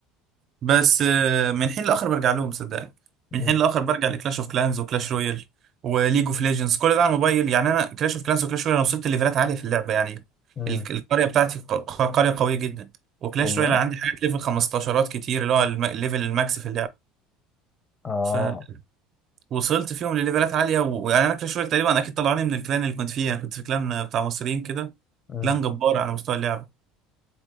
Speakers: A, on the right; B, on the left.
A: بس آه، من حين لاخر برجع لهم صدقني من
B: مم.
A: حين لاخر برجع لكلاش اوف كلانز وكلاش رويال وليج اوف ليجندز كل ده على الموبايل يعني انا كلاش اوف كلانز وكلاش رويال انا وصلت ليفلات عاليه في اللعبه يعني
B: مم.
A: ال- القريه بتاعتي ق- ق- قريه قويه جدا وكلاش
B: والله
A: رويال عندي حاجات ليفل 15 كتير اللي هو الم- ليفل الماكس في
B: اه
A: اللعبه وصلت فيهم لليفلات عاليه و- ويعني انا كلاش رويال تقريبا اكيد طلعوني من الكلان اللي كنت فيه انا كنت في كلان بتاع مصريين كده
B: مم.
A: كلان جبار على مستوى اللعب